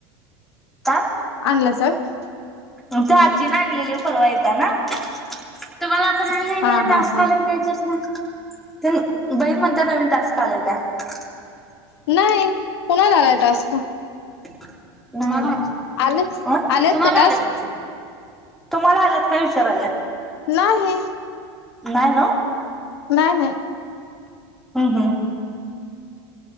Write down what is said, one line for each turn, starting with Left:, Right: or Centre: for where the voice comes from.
Centre: काय?
Left: आणनला सर <unintelligible>
Centre: मग त आजीने आणलेली परवा येताना तुम्हाला नाही आहे
Left: हा हा
Centre: टास्कालाकायच्यात
Left: हा.
Centre: ना तन बईन मंत नवीन टास् काले का <unintelligible>
Left: नाही कोणाला आलाय टास्क
Centre: त्हाला
Left: आलेच
Centre: तुम्हाला
Left: आलेत का टास्क?
Centre: लगायचं <unintelligible> तुम्हाला आल्यात काय विचार आल्या
Left: नाही
Centre: नाही
Left: नाही नाही
Centre: हम्म हम्म